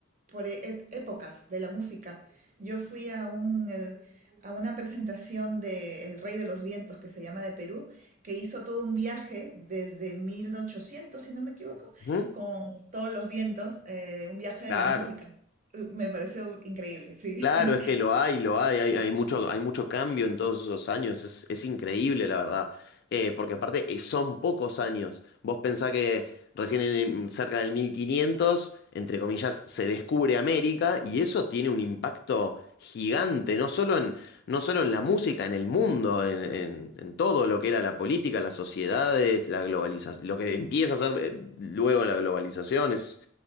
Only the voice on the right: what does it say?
por e- et- épocas de la música. Yo fui a un, eh, a una presentación de El Rey de los Vientos, que se llama de Perú, que hizo todo un viaje desde 1800 si no me equivoco,
con todos los vientos, eh, un viaje
de la música. Eh, Me pareció increíble, sí.
<laughs>